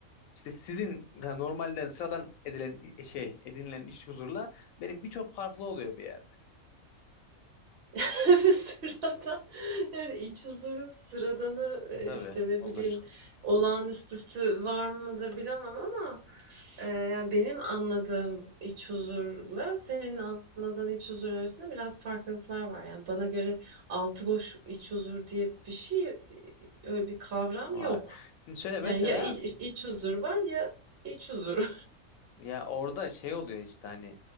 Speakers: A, on the left (about 75°); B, on the right (about 55°).
A: İşte sizin yani normalden sıradan edilen şey edinilen iş huzurla benimki çok farklı oluyor bir yerde.
B: <laughs> Bir Sıradan yani iç huzurun sıradanı e,
A: Tabii
B: işte ne
A: olur.
B: bileyim olağanüstüsü var mıdır bilemem ama Eee, yani, benim anladığım iç huzurla senin anladığın iç huzur arasında biraz farklılıklar var. Yani, bana göre altı boş iç huzur diye bir şey, öyle bir kavram
A: Var.
B: yok.
A: Şimdi şöyle mesela
B: Yani, ya iç iç huzur var ya iç huzur.
A: Ya orada şey oluyor işte hani